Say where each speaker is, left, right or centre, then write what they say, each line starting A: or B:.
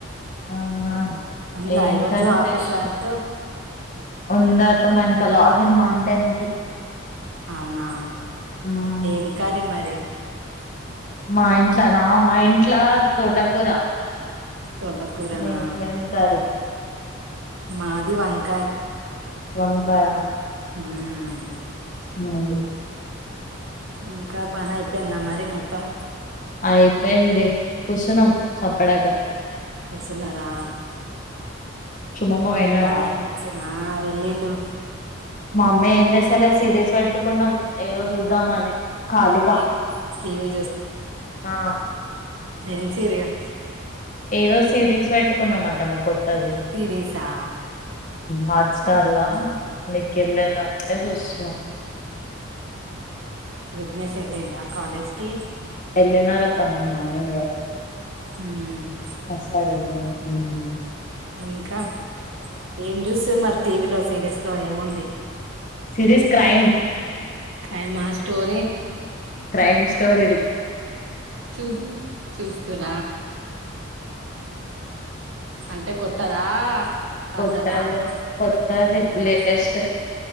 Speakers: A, on the left; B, on the right.
A: ఆహా
B: ఉందా
A: ఏం
B: ఈరోజు
A: కర్రి
B: ఆఫీస్
A: జేషి
B: వర్క్
A: ఉందతమా ఇంకా లాగిన్ వన్ టెన్ కి
B: అవునా
A: మ్మ్.
B: ఏం కరి మరి
A: మా ఇంట్ల నా మా ఇంట్ల తోటకూర
B: తోటకూరనా
A: మినిట్లేమ్ కరి
B: మాది వంకాయ్
A: వంకాయ
B: హ్మ్
A: అం
B: ఇంకా పని అయిపోయింద మరి మొత్తం
A: అయిపోయింది కూర్చున్నాం చప్పడాక
B: కూర్చున్నరా
A: సుమమ్మ
B: మమ్మీ
A: పోయినాడా
B: వాళ్ళు ఏం తెచ్చిన వెళ్ళిండు
A: మా అమ్మీ ఏం చేస్తా లే సీరియల్స్ పెట్టుకున్నాం ఏదో చూద్దామ అని కాలిగా
B: టీ టీవీ
A: ఆ
B: ఎన్సీరియర్
A: ఏదో సిరీస్ పెట్టుకున్నాం అంటమ్ మా కొత్తది
B: సిరీసా
A: హాట్స్టార్
B: ఉమ్
A: లా నీకెళ్ళదా అంటే చూస్తా
B: విఘ్నేశలిడా కాలేజ్కి
A: ఏళ్ళినారు అత్తమ్మ మార్నింగ్
B: ఉమ్
A: కస్తాడ <inaudible>
B: ఇంకా ఏం చూస్తురు మరి టీవీలో సీరియల్స్ లో ఏముంది
A: సిరీస్ క్రైమ్
B: క్రైమ్ ఆ స్టోరీ
A: క్రైమ్ స్టోరీ
B: చూ చూస్తుర అంటే కొత్తదా పాతదా
A: కొత్తద కొత్తది
B: కొత్తవేనా
A: లేేటెస్ట్